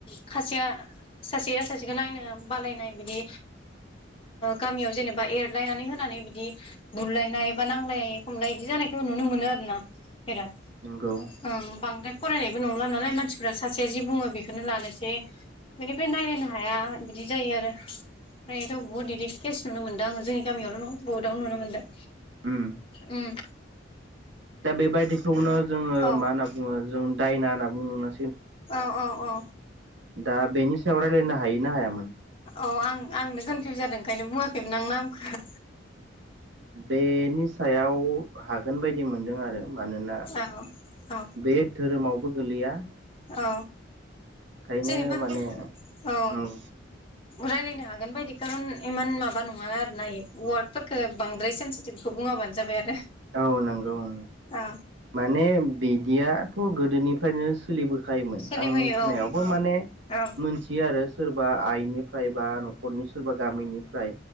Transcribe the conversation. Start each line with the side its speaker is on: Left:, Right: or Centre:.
Left: खासेया सासे सासेखौ नायनो बालायनाय बिदि गामियाव जेनेबा एरलायनानै होनानै बिदि बुरलायनाय बा नांलायनाय नाय हमल बिदि जानायखौ नुनो मोनो आरो ना <unintelligible>
Right: नंगौ
Left: बांद्राय फरायनायबो नंला नालाय मानसिफ्रा सासे जि बुङो बेखौनो लानोसै बिनिफ्राय नायलायनो हाया बिदि जायो आरो ओमफ्रायथ' बहुत बिदि केस नुनो मोनदों आङो जोंनि गामियावल' नंगा बहुदावनो नुनो मोनदों
Right: उम
Left: उम
Right: दा बेबायदिखौनो जोङो
Left: औ
Right: मा होनना बुङो जों दायना होनना बुङो।
Left: ओ ओ औ
Right: दा बेनि सायाव रायलायनो हाय ना हायामोन?
Left: औ आं आंनो कनफिउस जादों ओंखायनो बुङाखैमोन आं नामखौ
Right: बेनि सायाव हागोन बायदि मोनदों आरो मानोना
Left: औ औ
Right: बे धोरोमावबो गोलैया
Left: औ
Right: ओंखायनो
Left: जेनेबा
Right: माने
Left: औ
Right: ओं
Left: रायलायनो हागोन बायदि कारन इमान माबा नङा आरो ना वार्डफोरखौ बांद्राय सेन्सिटिभखौ बुङाबानो जाबाय आरो
Right: औ नंगौं
Left: औ
Right: माने बिदियाथ' गोदोनिफ्रायनो सोलिबोखायोमोन
Left: सोलिबोयो
Right: आं मिथिनायावबो माने
Left: औ
Right: मोनथियो आरो सोरबा आइ फ्राय बा न'खरनि सोरबा गामिनिफ्राय